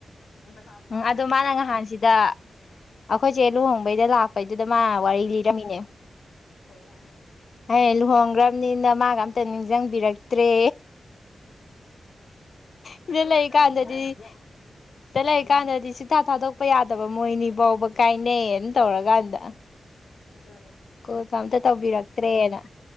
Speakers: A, on the left; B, on the left.
A: ꯃꯆꯥꯕꯨ ꯆꯥꯎꯈ꯭ꯔꯦ
B: ꯎꯝ ꯑꯗꯨ
A: ꯏꯕꯦꯝꯃ
B: ꯃꯥꯅ ꯅꯍꯥꯟ ꯁꯤꯗ ꯑꯈꯣꯏꯆꯦ ꯂꯨꯍꯣꯡꯕꯩꯗ ꯂꯥꯛ ꯀꯩꯗꯨꯗ
A: ꯎꯝ
B: ꯃꯥ ꯋꯥꯔꯤ ꯂꯤꯔꯝꯃꯤꯅꯦ
A: ꯀꯩ ꯍꯥꯢꯅꯣ
B: <unintelligible> ꯅ ꯂꯨꯍꯣꯡꯈ꯭ꯔꯕꯅꯤꯅ ꯃꯥꯒ ꯑꯝꯇ ꯅꯤꯡꯁꯤꯡꯕꯤꯔꯛꯇ꯭ꯔꯦ ꯁꯤꯗ
A: ꯑꯗꯨ ꯉꯥꯛꯇꯅꯤ
B: ꯂꯩꯀꯥꯟꯗꯗꯤ
A: ꯍꯥꯏꯌꯣ
B: ꯁꯤꯗ ꯂꯩ ꯀꯥꯟꯗꯗꯤ ꯁꯨꯛꯊꯥ ꯊꯥꯗꯣꯛꯄ ꯌꯥꯗꯕ ꯃꯣꯏꯅꯤ ꯕꯥꯎꯕ ꯀꯥꯏꯅꯩ ꯇꯧꯔꯀꯥꯟꯗ
A: ꯎꯝ ꯑꯗꯨꯅꯦ
B: ꯀꯣꯏꯒ ꯑꯝꯇ ꯇꯧꯕꯤꯔꯛꯇ꯭ꯔꯦꯅ